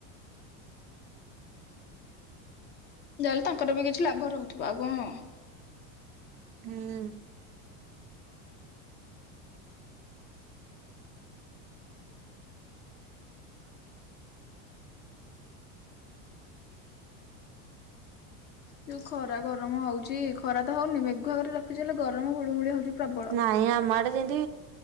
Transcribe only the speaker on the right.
ହୁଁ।
ନାଇଁ ଆମ ଆଡେ ଯେନ୍ତି